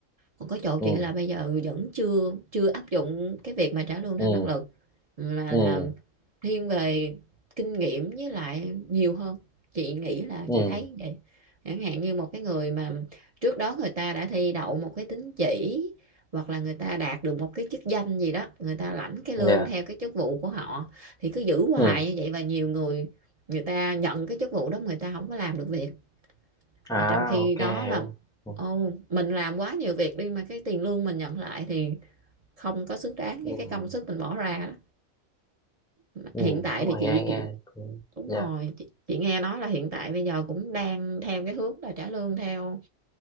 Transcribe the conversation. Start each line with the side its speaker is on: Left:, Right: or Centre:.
Right: Còn có chỗ chị
Centre: ừ
Right: là bây giờ vẫn chưa chưa áp dụng cái việc mà trả lương
Centre: ừ
Right: theo năng lực mà
Centre: ừ
Right: là thiên về kinh nghiệm với lại nhiều hơn chị nghĩ là
Centre: ừ
Right: chị thấy vậy chẳng hạn như một cái người mà trước đó người ta đã thi đậu một cái tín chỉ hoặc là người ta đạt được một cái chức danh gì đó người ta lãnh cái lương
Centre: dạ
Right: theo cái chức vụ của họ thì cứ giữ hoài
Centre: ừ
Right: như vậy và nhiều người người ta nhận cái chức vụ đó người ta không có làm được việc
Centre: à
Right: mà trong khi
Centre: ok
Right: đó là,
Centre: hiểu ừ
Right: ồ, mình làm quá nhiều việc đi mà cái tiền lương mình nhận lại thì không có xứng đáng với
Centre: ừ
Right: cái công sức mình bỏ ra đó. Mà
Centre: ừ.
Right: Hiện tại
Centre: đúng
Right: thì
Centre: rồi
Right: chị,
Centre: nghe nghe
Right: chị
Centre: cũng
Right: đúng
Centre: dạ
Right: rồi, chị, chị nghe nói là hiện tại bây giờ cũng đang theo cái hướng là trả lương theo